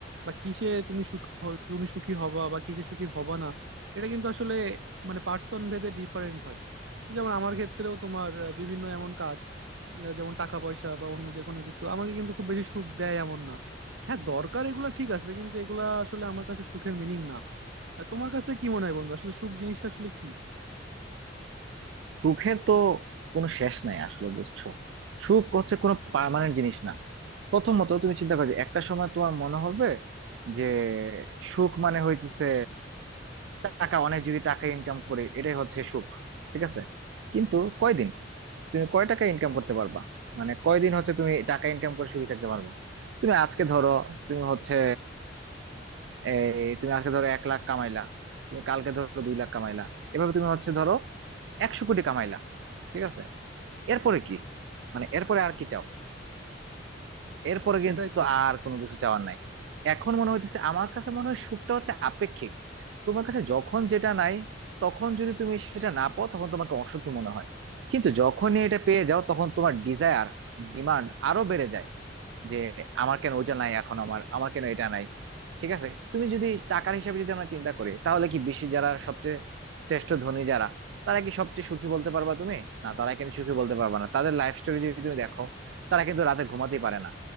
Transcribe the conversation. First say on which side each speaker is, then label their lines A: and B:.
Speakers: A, on the right (about 90°); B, on the right (about 70°).
A: বা কিসে তুমি সুখ হ- তুমি সুখী হবা বা কিসে সুখী হবা না এটা কিন্তু আসলে মানে পার্সন ভেদে ডিফারেন্ট হয় যেমন আমার ক্ষেত্রেও তোমার আহ, বিভিন্ন এমন কাজ আহ, যেমন টাকা পয়সা বা অন্য যে কোনো কিছু আমাকে কিন্তু খুব বেশি সুখ দেয় এমন না হ্যাঁ দরকার এগুলা ঠিক আছে কিন্তু এগুলা আসলে আমার কাছে সুখের মিনিং না আর তোমার কাছে কি মনে হয় বন্ধু আসলে সুখ জিনিসটা আসলে কি
B: সুখের তো কোনো শেষ নাই আসলে বুঝছো সুখ হচ্ছে কোনো পার্মানেন্ট জিনিস না প্রথমত তুমি চিন্তা করো যে একটা সময় তোমার মনে হবে যে সুখ মানে হইতেছে টাকা অনেক যদি টাকা ইনকাম করে এটাই হচ্ছে সুখ ঠিক আছে কিন্তু কয়দিন তুমি কয় টাকা ইনকাম করতে পারবা মানে কয়দিন হচ্ছে তুমি টাকা ইনকাম করে সুখী থাকতে পারবা তুমি আজকে ধরো তুমি হচ্ছে এই তুমি আজকে ধরো এক লাখ কামাইলা তুমি কালকে ধরো দুই লাখ কামাইলা এভাবে তুমি হচ্ছে ধরো একশো কোটি কামাইলা ঠিক আছে এরপরে কি মানে এরপরে আর কি চাও এরপরে
A: সেটাই
B: কিন্তু
A: তো
B: আর কোনো কিছু চাওয়ার নাই এখন মনে হইতেছে আমার কাছে মনে হয় সুখটা হচ্ছে আপেক্ষিক তোমার কাছে যখন যেটা নাই তখন যদি তুমি সেটা না পাও তখন তোমাকে অসুখী মনে হয় কিন্তু যখনই এটা পেয়ে যাও তখন তোমার ডিজায়ার ডিমান্ড আরো বেড়ে যায় যে আমার কেন ওইটা নাই এখন আমার আমার কেন এটা নাই ঠিক আছে তুমি যদি টাকার হিসাবে যদি আমরা চিন্তা করি তাহলে কি বিশ্বে যারা সবচেয়ে শ্রেষ্ঠ ধনী যারা তারা কি সবচেয়ে সুখী বলতে পারবা তুমি না তারা কিন্তু সুখী বলতে পারবা না তাদের লাইফ স্টোরি যদি তুমি দেখো তারা কিন্তু রাতে ঘুমাতেই পারে না